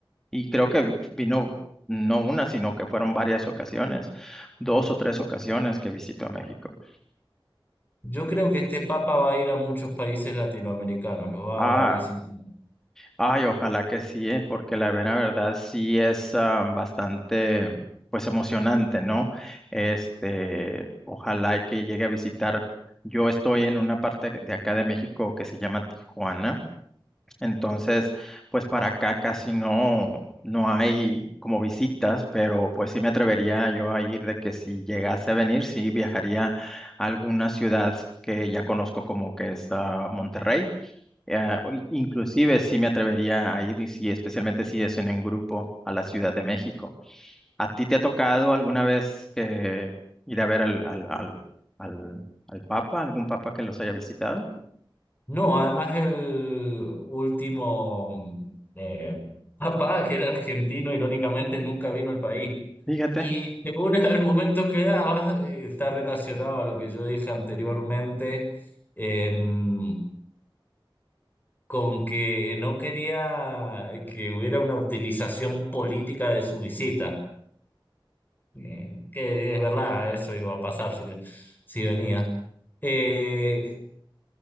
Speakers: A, in the centre; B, on the left.
A: Y creo que vi- vino no una, sino que fueron varias ocasiones, dos o tres ocasiones que visitó a México.
B: Yo creo que este Papa va a ir a muchos países latinoamericanos, los va
A: Ah,
B: a visitar.
A: ay, ojalá que sí, eh, porque la mera verdad sí es ah, bastante, pues emocionante, ¿no? Este, ojalá y que llegue a visitar. Yo estoy en una parte de acá de México que se llama Tijuana. Entonces, pues para acá casi no, no hay como visitas, pero pues sí me atrevería yo a ir de que si llegase a venir, sí viajaría a alguna ciudad que ya conozco como que es ah, Monterrey. Eh, o in- inclusive sí me atrevería a ir, y sí, especialmente si es en un grupo a la Ciudad de México. ¿A ti te ha tocado alguna vez que ir a ver al, al, al, al, al Papa, algún Papa que los haya visitado?
B: No, además el último eh, <laughs> papá, que era argentino, irónicamente nunca vino al país.
A: Fíjate.
B: Y según el argumento que daba, eh, está relacionado a lo que yo dije anteriormente, em, con que no quería que hubiera una utilización política de su visita. Eh, que es verdad, eso iba a pasar si, si venía. Eh,